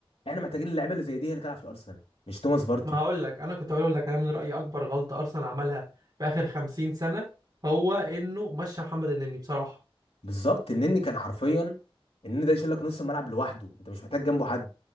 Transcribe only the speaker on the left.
احنا محتاجين اللعيبه اللي زي دي هي اللي تلعب في الارسنال مش توماس بارتي
بالظبط النني كان حرفيا النني ده يشيل لك نص الملعب لوحده انت مش محتاج جنبه حد